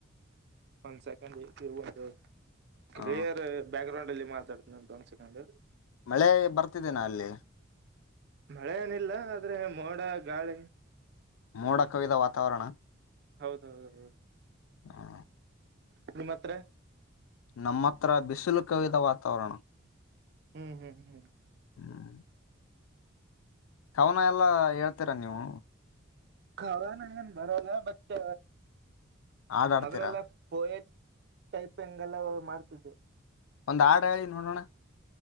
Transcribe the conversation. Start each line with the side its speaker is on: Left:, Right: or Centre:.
Right: ಒಂದ್ ಸೆಕೆಂಡ್ರ್ಂದು
Left: ಆ.
Right: ಕ್ಲಿಯರ್ ಬ್ಯಾಕ್ ಗ್ರೌಂಡ್ ಲ್ಲಿ ಮಾತಾಡ್ತನಂ ಒಂದ್ ಸೆಕಂಡ್
Left: ಮಳೆ ಬರ್ತಿದ್ದನಾ ಅಲ್ಲಿ
Right: ಮಳೆ ಏನಿಲ್ಲ ಆದ್ರೆ ಮೋಡ ಗಾಳಿ
Left: ಮೋಡ ಕವಿದ ವಾತಾವರಣ
Right: ಹೌದೌದ ಹೌದು
Left: ಹಾ
Right: ನಿಮ್ಮ ಹತ್ರ
Left: ನಮ್ಮ ಹತ್ರ ಬಿಸಿಲು ಕವಿದ ವಾತಾವರಣ
Right: ಹ್ಮ್ ಹ್ಮ್ ಹ್ಮ್್ಮ
Left: ಹ್ಮ್. ಕವನ ಎಲ್ಲಾ ಹೇಳ್ತೀರಾ ನೀವು
Right: ಕವನ ಏನ್ ಬರಲ್ಲ ಬಟ್
Left: ಹಾಡ್ ಆಡ್ತೀರಾ
Right: ಮೊದಲೆಲ ಪೋಯಾಟ್ ಟೈಪ್ ಹೆಂಗ್ ಎಲ್ಲ ಮಾಡ್ತದೆ
Left: ಒಂದ್ ಆಡು ಹೇಳಿ ನೋಡೋಣ